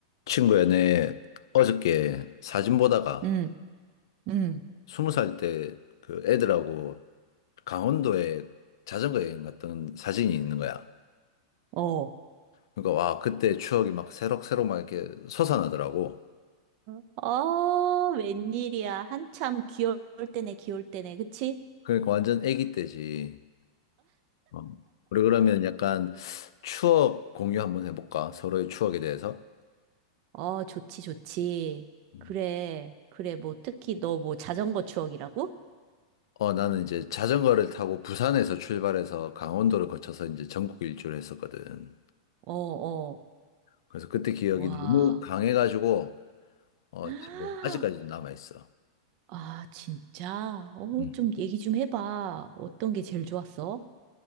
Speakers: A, on the left; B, on the right.
A: 친구야, 내 어저께 사진 보다가
B: 음, 음,
A: 스무 살 때 그 애들하고 강원도에 자전거 여행 갔던 사진이 있는 거야.
B: 어.
A: 그러니까 와, 그때 추억이 막 새록새록 막 이렇게 솟아나더라고.
B: 응? 어, 웬일이야. 한참 귀여울 때네, 귀여울 때네. 그치?
A: 그러니까 완전 애기 때지. 어. 우리 그러면 약간 추억 공유 한번 해볼까? 서로의 추억에 대해서.
B: 어, 좋지, 좋지.
A: 음.
B: 그래, 그래. 뭐, 특히 너 뭐 자전거 추억이라고?
A: 어, 나는 이제 자전거를 타고 부산에서 출발해서 강원도를 거쳐서 이제 전국 일주를 했었거든.
B: 어, 어.
A: 그래서 그때 기억이
B: 와.
A: 너무 강해가지고 어,
B: <gasps>
A: 지금 아직까지도 남아 있어.
B: 아, 진짜? 어,
A: 음.
B: 좀 얘기 좀 해봐. 어떤 게 제일 좋았어?